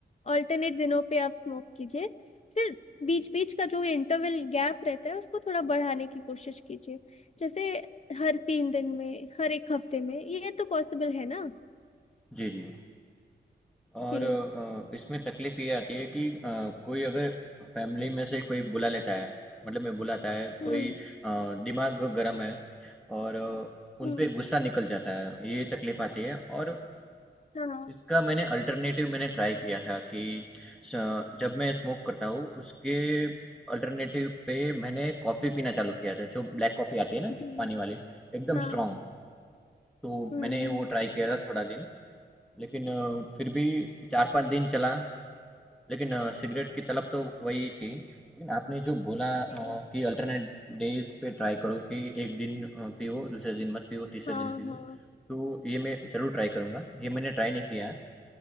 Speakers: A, on the left; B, in the centre.
A: ऑल्टरनेट दिनों पे आप स्मोक कीजिए फिर बीच बीच का जो इंटरवल गैप रहता है उसको थोड़ा बढ़ाने की कोशिश कीजिए जैसे हर तीन दिन में हर एक हफ्ते में ये तो पॉसिबल है ना
B: जी जी और
A: जी
B: अ, इसमें तकलीफ ये आती है कि अ, कोई अगर फैमिली में से कोई बुला लेता है मतलब मैं बुलाता है
A: हम्म
B: कोई अ, दिमाग गर्म है और अ, उन
A: हम्म
B: पे गुस्सा निकल जाता है ये तकलीफ आती है और अ,
A: हाँ
B: इसका मैंने अल्टरनेटिव मैंने ट्राई किया था कि स- जब मैं स्मोक करता हूँ उसके अल्टरनेटिव पे मैंने कॉफ़ी पीना चालू किया था जो ब्लैक कॉफ़ी आती है ना
A: जी
B: पानी वाली एकदम
A: हाँ
B: स्ट्रांग तो
A: हम्म
B: मैंने
A: हम्म
B: वो ट्राई किया था थोड़ा दिन लेकिन अ, फिर भी 4-5 दिन चला लेकिन अ, सिगरेट की तलब तो वही थी लेकिन आपने जो बोला अ,
A: जी
B: कि अल्टरनेट डेज पे ट्राई करो कि एक दिन अ, पियो दूसरे दिन मत पियो तीसरे
A: हाँ
B: दिन पियो
A: हाँ
B: तो ये मैं जरूर ट्राई करूंगा ये मैंने ट्राई नहीं किया है